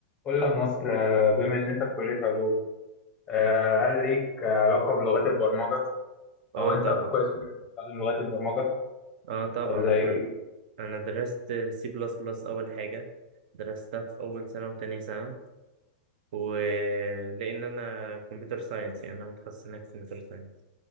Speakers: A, on the left (about 20°); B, on the right (about 60°).
A: قول لي يا نصر آه، بما ان انت في كليه علوم آه، هل ليك علاقه بلغات البرمجه
B: اه
A: او انت
B: طبعا
A: في قسم بتستخدم لغات البرمجه
B: اه طبعا
A: طب زي ايه
B: انا انا درست سي بلس بلس اول حاجه درستها في اول سنه وتانية سنه ولان انا كمبيوتر ساينس يعني انا متخصص هناك في كمبيوتر ساينس